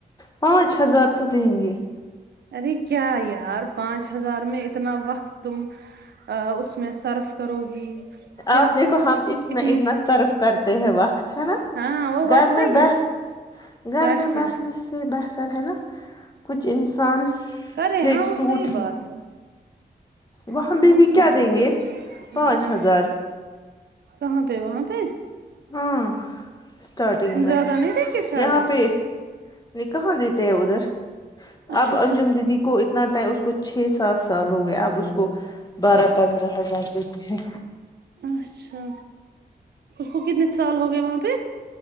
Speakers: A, on the left; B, on the right.
A: پانچ ہزار تو دیں گے
B: ارے کیا یار پانچ ہزار میں اتنا وقت تم اس میں صرف کرو گی کیا
A: آپ دیکھو ہم اس میں
B: اتنی
A: اتنا صرف کرتے ہیں وقت ہے نا
B: ہاں وہ
A: گھر
B: بات صحیح
A: میں بیٹھ
B: ہے
A: گھر
B: بیٹھ
A: میں
B: کے
A: بیٹھنے سے بہتر ہے نا کچھ انسان
B: کرے ہاں
A: ایک
B: وہ
A: سوٹ
B: صحیح بات
A: ہی
B: ہے
A: وہاںں
B: ہاں
A: بی
B: وہ
A: بھی
B: صحیح
A: کیا
B: بات
A: دیں گے
B: ہاں
A: پانچ ہزار
B: کہاں پہ وہاں پہ
A: ہاں اسٹارٹنگ میں
B: زیادہ نہیں دیں گے سیلری
A: یہاں پہ نہیں کہاں دیتے ہیں ادھر اب
B: اچھا
A: انجم
B: اچھا
A: دیدی کو اتنا ٹائم اس کو چھ سات سال ہو گیا اب اس کو بارہ پندرہ ہزار دیتے ہیں
B: اچھا اس کو کتنے سال ہو گئے وہاں پہ